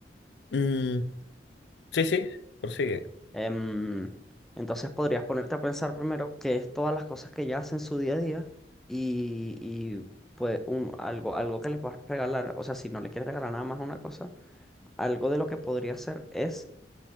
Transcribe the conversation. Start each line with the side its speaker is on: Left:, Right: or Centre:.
Left: Mm, sí, sí, prosigue.
Centre: Em, entonces podrías ponerte a pensar primero qué es todas las cosas que ella hace en su día a día y, y, pues un, algo, algo que le puedas regalar, o sea, si no le quieres regalar nada más una cosa, algo de lo que podría hacer es